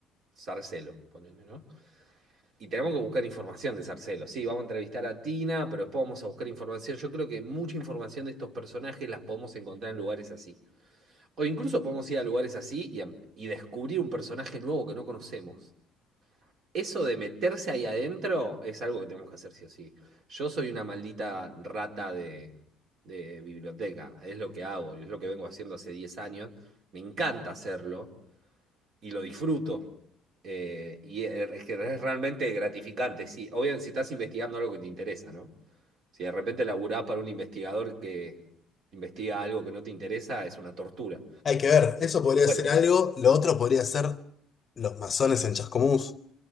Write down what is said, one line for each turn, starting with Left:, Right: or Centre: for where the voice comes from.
Right: Sarcelo, ponele, ¿no? Y tenemos que buscar información de Sarcelo. Sí, vamos a entrevistar a Tina, pero después vamos a buscar información. Yo creo que mucha información de estos personajes las podemos encontrar en lugares así. O incluso podemos ir a lugares así y, em- y descubrir un personaje nuevo que no conocemos. Eso de meterse ahí adentro es algo que tenemos que hacer sí o sí. Yo soy una maldita rata de, de biblioteca, es lo que hago, es lo que vengo haciendo hace 10 años. Me encanta hacerlo y lo disfruto. Eh, y es es que es realmente gratificante. Sí, obviamente si estás investigando algo que te interesa, ¿no? Si de repente laburás para un investigador que investiga algo que no te interesa, es una tortura.
Left: Hay que ver, eso podría
Right: bueno
Left: ser algo, lo otro podría ser los masones en Chascomús.